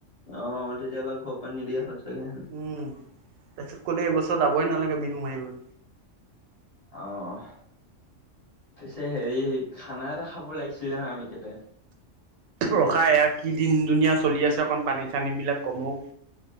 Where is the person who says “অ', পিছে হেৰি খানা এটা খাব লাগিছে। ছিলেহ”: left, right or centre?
Left